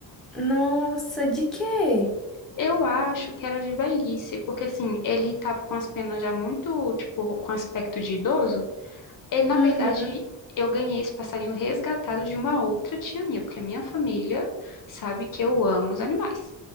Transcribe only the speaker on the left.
Eu acho que era de velhice, porque assim, ele tava com as penas já muito, tipo, com aspecto de idoso. E, na
verdade, eu ganhei esse passarinho resgatado de uma outra tia minha, porque a minha família sabe que eu amo os animais.